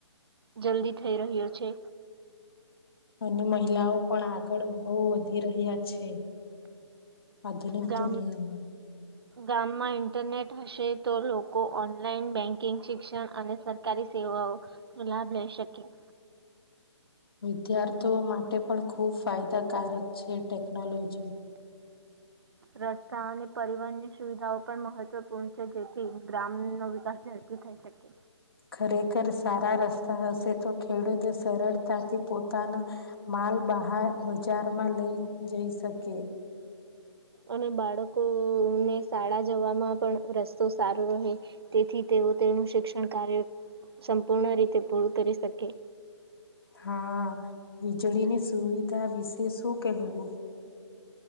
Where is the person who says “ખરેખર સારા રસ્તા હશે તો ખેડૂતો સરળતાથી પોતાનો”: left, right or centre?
Left